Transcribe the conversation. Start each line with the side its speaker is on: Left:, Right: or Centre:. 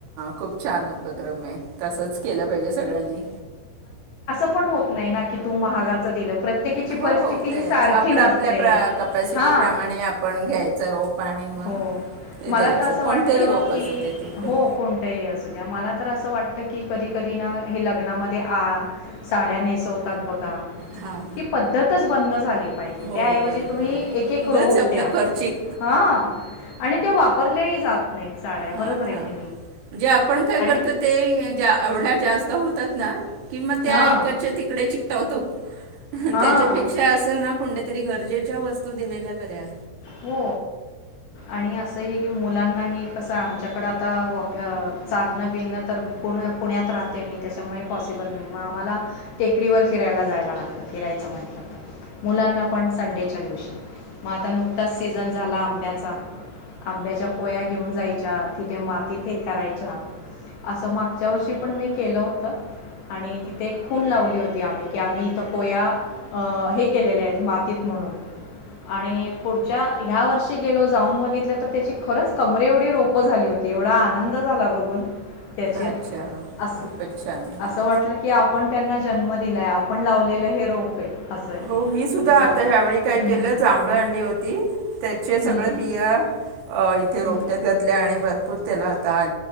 Right: खूप छान उपक्रम आहे तसंच केलं पाहिजे सगळ्यांनी
Left: ण होत नाही तू महागा दि प्रत्येकीची
Right: हो
Left: परिस्थिती
Right: तेच
Left: ही सारखी
Right: आपलं
Left: नसते
Right: आपल्या प्रा कपॅसिटीप्रमाणे
Left: हां
Right: आपण घ्यायचं रोप आणि मग
Left: हो
Right: ते द्यायचं
Left: मला तर असं
Right: कोणतंही
Left: वाटतं
Right: रोप
Left: की
Right: असू दे ते पण
Left: हो कोणतंही असू द्या मला तर असं वाटतं तर की कधी कधी ना हे लग्नामध्ये आ साड्या नेसवतात बघा
Right: हां
Left: ही पद्धतच बंद झाली पाहिजे
Right: हो
Left: त्याऐवजी
Right: बरोबर
Left: तुम्ही
Right: आहे
Left: एक एक
Right: उगाच
Left: रोप
Right: आपलं
Left: द्या
Right: खर्चिक
Left: ह आणि ते वापरल्याही जात नाही साड्या
Right: हा
Left: बरोबर
Right: म्हणजे
Left: आहे की
Right: आपण काय
Left: आणि
Right: करतो ते एवढ्या जास्त होतात ना किंवा त्या
Left: हां
Right: एकाच्या तिकडे ठेवतो.
Left: हां
Right: त्याच्यापेक्षा असं ना कोणत्या तरी गरजेच्या वस्तू दिलेल्या बऱ्या.
Left: हो आणि अस. असं हे की मुलांनाही कसं आमच्याकडं आता वॉक चालणं बिनणं तर पुण्या पुण्यात राहते मी त्याच्यामुळे पॉसिबल नाही मग आम्हाला टेकडीवर फिरायला जायला लागतं फिरायचं म्हटलं तर मुलांना पण संडेच्या दिवशी मग आता नुकत आत्ताच सीझन झाला आंब्याचा. आंब्याच्या पोया्या घेऊन जायच्या तिथे मातीत हे करायचं असं मागच्या वर्षी पण मी केलं होतं. आणि तिथे खून लावली होती, आम्ही की आम्ही इथं कोया हे केलेल्याहेत मातीत म्हणून आणि पुढच्या ह्या वर्षी गेलो जाऊन बघितल्या तर त्याची खरंच कमरे एवढी रोप झाली होती एवढा आनंद झाला बघून. त्याची
Right: अच्छा
Left: अस
Right: खूपच छान
Left: असं वाटलं की आपण त्यांना जन्म दिला आहे आप आपण लावलेलं हे रोप आहे. असं आहे
Right: हो मी सुद्धा
Left: जसं
Right: आता ह्यावेळी काय
Left: हं,
Right: केलं जांभळ आणली होती. ती त्याचे सगळे
Left: हं,
Right: बिया इथे रोपट्यात
Left: हं,
Right: घातल्या आणि भरपूर त्याला आता